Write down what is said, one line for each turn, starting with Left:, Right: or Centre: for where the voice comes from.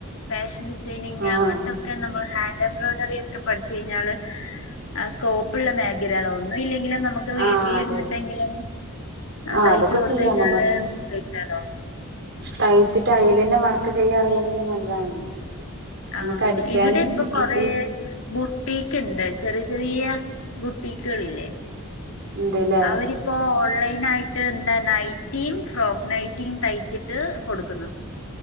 Left: ഫാഷൻ ഡിസൈനിങ്
Right: ആഹ്
Left: അങ്ങത്തൊക്കെ ക്കെ നമ്മള് ഹാൻഡ് എംബ്രോയിഡറിയൊക്കെ പഠിച്ചു കഴിഞ്ഞാല്. ആഹ് സ്കോപ്പ്ള്ള മേഖലെയാടോ ഒന്നുഇല്ലെങ്കിലും നമുക്ക്. നമുക്ക് വീട്ടിലിരുന്നിട്ടെങ്കിലും
Right: ആഹ് അതെ അതെ ആഹ്
Left: തയ്ച്ച്
Right: അതൊക്കെ
Left: കൊടുത്ത്
Right: ചെയ്യാം
Left: കഴിഞ്ഞാല്
Right: നമുക്ക്
Left: കിട്ടാലോ.
Right: തയ്ച്ചിട്ട് അയിലെന്നെ വർക്ക് ചെയ്യാറിയെങ്കില് നല്ലതാണല്ലോ. നമുക്ക്
Left: ആഹ്
Right: അടിക്കാനും
Left: ഇവിടെ ഇപ്പൊ കൊറേ.
Right: ഇപ്പ ഈ
Left: ബുട്ടീക്ക്ണ്ട് ചെറിയ ചെറിയ്യാ ബുട്ടീക്ക്കളില്ലേ?
Right: ഇണ്ട്ല്ലേ
Left: അവരി ഇപ്പൊ ഓൺലൈനായിട്ട് എന്താ നൈറ്റിയും, ഫ്രോക്ക് നൈറ്റിയും, തയ്ച്ചിട്ട് കൊടുക്കുന്നു.